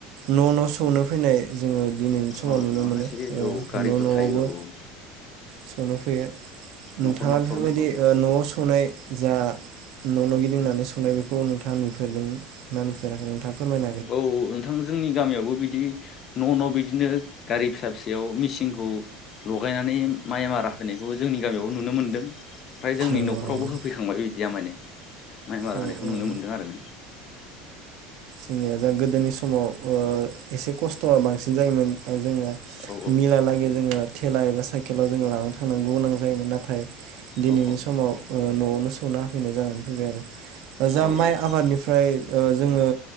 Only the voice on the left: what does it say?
औ
माखासे
औ गारिफोर
थायो औ औ
न'खर न'खरनो
औ नोंथां जोंनि गामियावबो बिदि न' न' बिदिनो गारि फिसा फिसायाव मेचिनखौ लगायनानै माइ मारा होनायखौ जोंनि गामियाव नुनो मोनदों फ्राय जोंनि
न'खरावबो
होफैखांबाय बिदिया माने माइ मारा
होनायखौ
नुनो मोनदों आरो ना
औ
औ
औ
औ